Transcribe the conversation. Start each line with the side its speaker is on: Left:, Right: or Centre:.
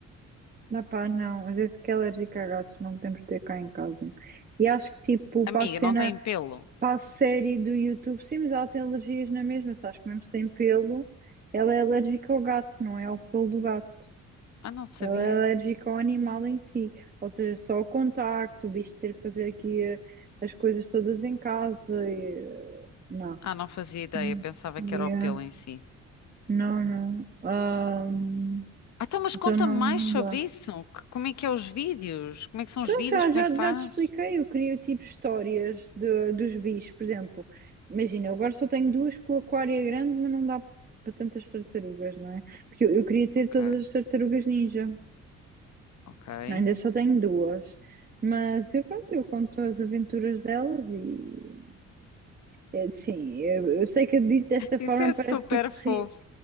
Right: Não, pá, não. Às vezes que é alérgica a gatos, não podemos ter cá em casa. E acho que, tipo,
Left: Amiga,
Right: para a cena
Left: não têm pelo.
Right: Para a série do YouTube, sim, mas ela tem alergias na mesma, sabes? Mesmo sem pelo, ela é alérgica ao gato, não é ao pelo do gato.
Left: Ah, não sabia.
Right: Ela é alérgica ao animal em si. Ou seja, só o contacto, o bicho ter que fazer aqui eh, as coisas todas em casa. e, eh, Não.
Left: Ah, não fazia ideia,
Right: Hum,
Left: pensava
Right: Yeah.
Left: que era o pelo em si.
Right: Não, não. Ahm,
Left: Ah, então, mas
Right: então
Left: conta
Right: não,
Left: mais
Right: não
Left: sobre
Right: dá.
Left: isso. Que- como é que é os vídeos? Como é que são
Right: Então
Left: os vídeos?
Right: já,
Left: Como
Right: já,
Left: é que faz?
Right: já te expliquei, eu crio tipo histórias de- dos bichos, por exemplo. Imagina, eu agora só tenho duas com o aquário é grande, mas não dá para tantas tartarugas, não é? Porque eu, eu queria ter
Left: Ok,
Right: todas as tartarugas ninja.
Left: ok.
Right: Ainda só tenho duas. Mas eu, pronto, eu conto as aventuras delas e. É, sim, eu, eu sei que dito desta forma
Left: Isso é
Right: parece
Left: super
Right: tipo.
Left: fofo.
Right: ri-